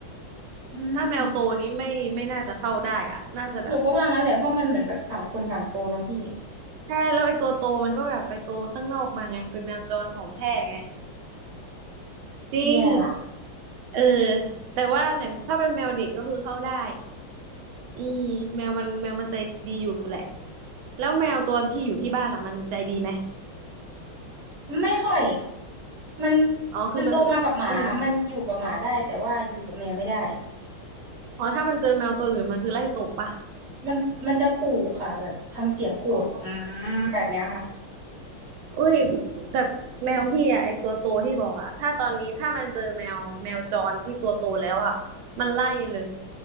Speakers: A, on the right (about 35°); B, on the right (about 80°).
A: อืม
B: ถ้าแมวโตนี้ไม่ไม่น่าจะเข้าได้อ่ะน่าจะแบบ
A: หนูก็ว่างั้นแหละเพราะมันเหมือนแบบต่างคนต่างโตเนอะพี่
B: ใช่แล้วไอ้ตัวโตมันก็แบบไปโตข้างนอกมาไงเป็นแมวจรของแท้ไงจริง
A: แย่ละ
B: เออแต่ว่าเนี่ยถ้าเป็นแมวเด็กก็คือเข้าได้อืมแมวมันแมวมันใจดีอยู่แหละแล้วแมวตัวที่อยู่ที่บ้านอ่ะมันใจดีไหม
A: ไม่ค่อยมัน
B: อ๋อคือมัน
A: มันโตมากับหมามันอยู่กับหมาได้แต่ว่าอยู่กับแมวไม่ได้
B: อืมอ๋อถ้ามันเจอแมวตัวอื่นมันคือไล่ตบปะ
A: มันมันจะขู่ค่ะแบบทำเสียงขู่อืมแบบเนี้ยค่ะ
B: อ๋อ อุ้ยแต่แมวพี่อะไอตัวโตที่บอกอะถ้าตอนนี้ถ้ามันเจอแมวแมวจรที่ตัวโตแล้วอะมันไล่เลย